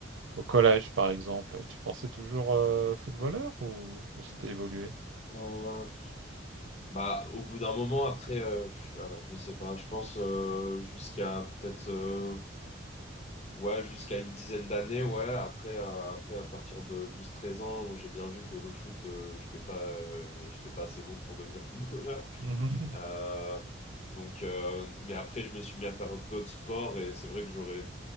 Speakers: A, on the right; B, on the left.
A: Au collège, par exemple, tu pensais toujours euh, footballeur ou, ou c'était évolué?
B: Euh, Bah, au bout d'un moment, après, euh, je- alors je sais pas, je pense euh, jusqu'à peut-être, euh, ouais, jusqu'à une dizaine d'années, ouais. Après, à- après, à partir de douze treize ans, j'ai bien vu que le foot, euh, j'étais pas, euh, j'étais pas assez bon pour devenir <laughs> footballeur.
A: Mhm.
B: Euh,
A: <laughs>
B: donc, euh, mais après, je me suis mis à faire d'autres sports et c'est vrai que j'aurais